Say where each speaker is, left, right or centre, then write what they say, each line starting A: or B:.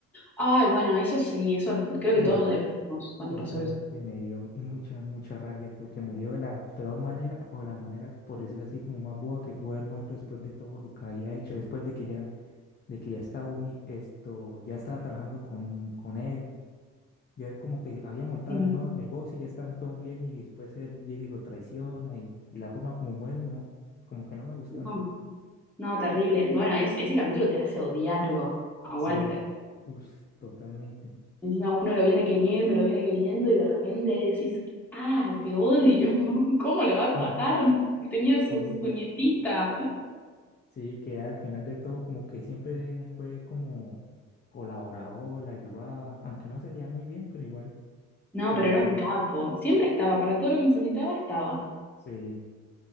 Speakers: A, in the centre; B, on the left (about 35°).
A: Ay, bueno, eso sí, eso creo
B: Uy,
A: que todos nos deprimimos cuando
B: y
A: pasó
B: esta
A: eso.
B: muerte me dio mucha, mucha rabia porque murió de la peor manera o la manera, por decirlo así, como más boba que pudo haber muerto después de todo lo que había hecho, después de que ya, de que ya estaba uni- esto, ya estaba trabajando con, con él, ya como que había montado
A: Ujú.
B: el nuevo negocio, y ya estaban todos bien y después él llega y lo traiciona y, y la forma como muere, no, como que no me gustó,
A: No,
B: no.
A: no, terrible. Bueno, es, ese capítulo te hace odiarlo a, a
B: Sí,
A: Walter.
B: uff, totalmente.
A: Encima uno lo viene queriendo, lo viene queriendo y de repente ahí decís, ah, te odio, <laughs> ¿cómo lo vas a
B: <laughs>
A: matar? Y tenía su,
B: Sí.
A: su nietita.
B: Sí, que al final de todo como que siempre fue como colaborador, la ayudaba, aunque no se llevaba muy bien, pero igual
A: No,
B: la
A: pero
B: ayudaba.
A: era un capo. Siempre estaba, para todo lo que necesitaba estaba.
B: Sí.